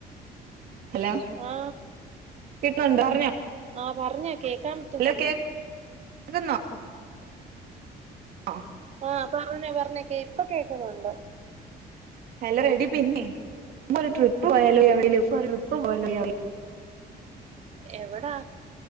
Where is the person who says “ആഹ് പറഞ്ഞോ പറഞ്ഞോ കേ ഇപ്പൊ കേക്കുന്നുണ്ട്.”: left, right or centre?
Right